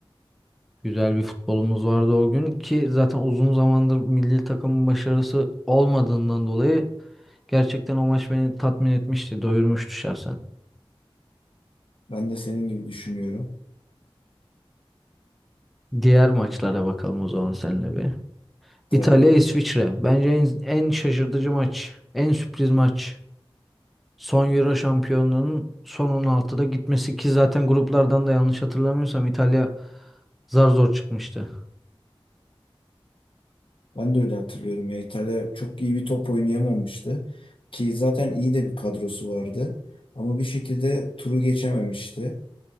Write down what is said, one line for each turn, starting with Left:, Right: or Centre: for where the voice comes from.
Centre: Güzel bir futbolumuz vardı o gün ki zaten uzun zamandır milli takımın başarısı olmadığından dolayı gerçekten o maç beni tatmin etmişti, doyurmuştu şahsen.
Left: Ben de senin gibi düşünüyorum.
Centre: Diğer maçlara bakalım o zaman seninle bir.
Left: Tabii.
Centre: İtalya İsviçre. Bence en, en şaşırtıcı maç, en sürpriz maç. Son Euro şampiyonluğunun son 16'da gitmesi ki zaten gruplardan da yanlış hatırlamıyorsam İtalya zar zor çıkmıştı.
Left: Ben de öyle hatırlıyorum ya. İtalya çok iyi bir top oynayamamıştı. Ki zaten iyi de bir kadrosu vardı. Ama bir şekilde turu geçememişti.